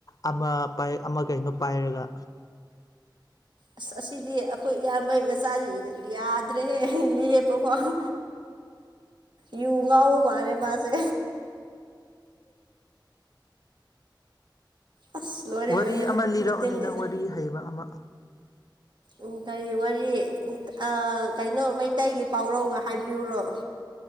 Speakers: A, on the left (about 45°); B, on the right (about 65°).
A: ꯑꯃ ꯄꯥꯏ ꯑꯃ ꯀꯩꯅꯣ ꯄꯥꯏꯔꯒ
B: ꯑꯁ ꯑꯁꯤꯗꯤ ꯑꯩꯈꯣꯏ ꯏꯌꯥꯝꯕꯩ ꯃꯆꯥꯗꯤ ꯌꯥꯗ꯭ꯔꯦꯍꯦ ꯂꯦꯞꯄ ꯐꯥꯎ ꯌꯨ ꯉꯥꯎꯕ ꯃꯥꯜꯂꯦ ꯃꯥꯁꯦ ꯑꯁ ꯂꯣꯏꯔꯦ
A: ꯋꯥꯔꯤ
B: ꯂꯣꯏꯔꯦ
A: ꯑꯃ ꯂꯤꯔꯛꯑꯣꯅꯦ
B: ꯃꯇꯤꯜꯒꯁꯦ
A: ꯅꯪ ꯋꯥꯔꯤ ꯍꯩꯕ ꯑꯃ
B: ꯎꯝ ꯀꯔꯤ ꯋꯥꯔꯤ ꯑ ꯀꯩꯅꯣ ꯃꯩꯇꯩꯒꯤ ꯄꯥꯎꯔꯧ ꯍꯥꯏꯕꯤꯌꯨꯔꯣ